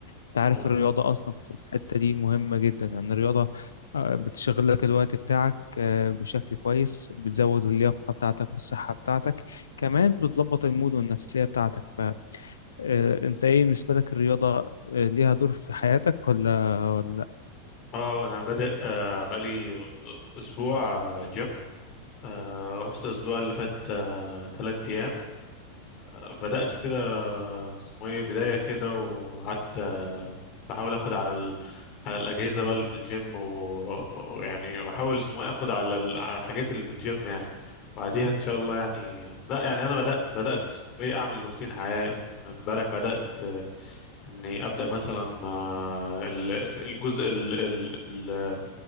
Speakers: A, on the left; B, on the left.
A: انت عارف
B: اه
A: الرياضة أصلا في الحتة دي مهمة جدا يعني الرياضة آه، بتشغل لك الوقت بتاعك آه، بشكل كويس بتزود اللياقة بتاعتك والصحة بتاعتك كمان بتظبط المود والنفسية بتاعتك فأنت إيه بالنسبة لك الرياضة آه، ليها دور في حياتك ولا ولا
B: اه، انا بادئ آه، بقالي اسبوع آه، جيم آه، رحت الاسبوع اللي فات آه، تلات ايام آه، بدأت كده آه، اسمه ايه بداية كده وقعدت آه، بحاول اخد على ال... على الأجهزة بقى اللي في الجيم و- ويعني بحاول اسمه ايه اخد على ال... على الحاجات اللي في الجيم يعني بعديها ان شاء الله يعني لا يعني انا بدات بدات ايه اعمل روتين حياه امبارح بدات آه، اني ابدا مثلا آه، ال- الجزء ال- ال- ال-